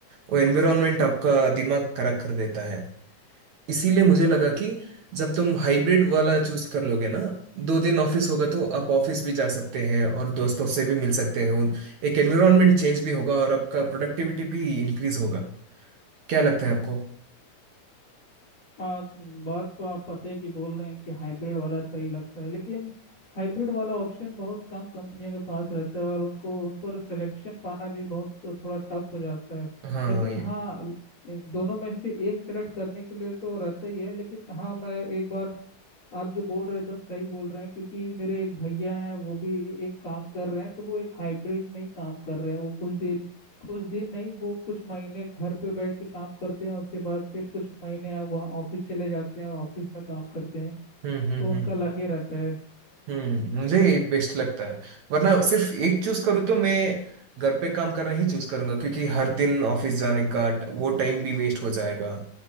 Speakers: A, on the right; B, on the left.
A: वो एनवायरनमेंट आपका दिमाग खराब कर देता है इसीलिए मुझे लगा कि जब तुम हाइब्रिड वाला चूज कर लोगे ना दो दिन ऑफिस होगा तो आप ऑफिस भी जा सकते हैं और दोस्तों से भी मिल सकते हैं उन एक एनवायरनमेंट चेंज भी होगा और आपका प्रोडक्टिविटी भी इंक्रीज होगा क्या लगता है आपको
B: हाँ बात तो आप पते की बोल रहे हैं कि हाइब्रिड वाला सही लगता है लेकिन हाइब्रिड वाला ऑप्शन बहुत कम कंपनियों के पास रहता है और उनको उन पर सिलेक्शन पाना भी बहुत तो थोड़ा टफ हो जाता है
A: हाँ
B: लेकिन
A: हाँ, ये
B: हाँ इन दोनों में से एक सेलेक्ट करने के लिए तो रहता ही है लेकिन हाँ मैं एक बार आप जो बोल रहे हैं एकदम सही बोल रहे हैं क्योंकि मेरे एक भैया हैं वो भी एक काम कर रहे हैं तो वो एक हाइब्रिड में ही काम कर रहे हैं वो कुछ दिन कुछ दिन नहीं वो कुछ महीने घर पे बैठ के काम करते हैं उसके बाद फिर कुछ महीने वहाँ ऑफिस चले जाते हैं और ऑफिस में काम करते हैं
A: हम्म हम्म
B: तो उनका
A: हम्म
B: लगे रहता है
A: हम्म मुझे ये बेस्ट लगता है वरना सिर्फ एक चूज करूँ तो मैं घर पे काम करना ही चूज करूंगा क्योंकि हर दिन ऑफिस जाने का ट- वो टाइम भी वेस्ट हो जाएगा